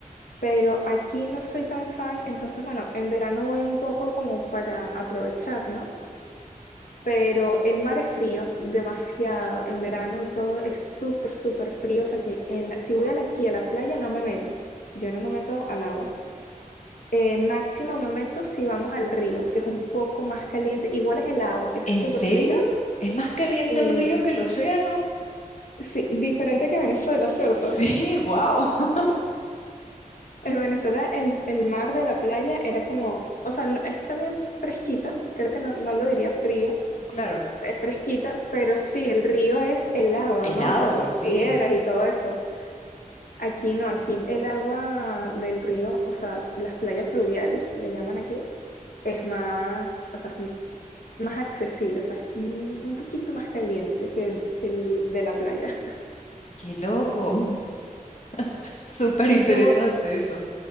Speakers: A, on the left; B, on the left.
A: pero aquí no soy tan fan, entonces bueno, en verano voy un poco como para aprovechar, ¿no? Pero el mar es frío, demasiado, en verano y todo es súper, súper frío, o sea que en la- si voy a la- aquí a la playa no me meto, yo no me meto al agua. Eh, máximo me meto si vamos al río, que es un poco más caliente, igual es helado, es
B: ¿En
A: súper
B: serio?
A: frío,
B: ¿Es más caliente
A: sí,
B: el río que el océano?
A: sí, diferente que Venezuela, ¿cierto?
B: Sí, wow. <laughs>
A: En Venezuela el, el mar de la playa era como, o sea, no- es también fresquita, creo que no, no lo diría frío,
B: Claro.
A: es fresquita, pero sí, el río es helado,
B: Helado,
A: ¿no? Por las
B: sí.
A: piedras y todo eso. Aquí no, aquí el agua del río, o sea, las playas fluviales, le llaman aquí, es más, o sea, es m- más accesible, o sea, es un un poquito más caliente que el,
B: No,
A: que el de la playa. <laughs>
B: qué loco. <laughs> Súper
A: Y
B: interesante
A: tú,
B: eso.